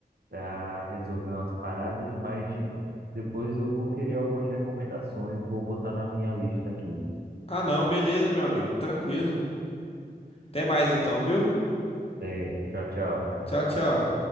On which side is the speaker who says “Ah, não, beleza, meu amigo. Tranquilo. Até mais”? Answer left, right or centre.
Left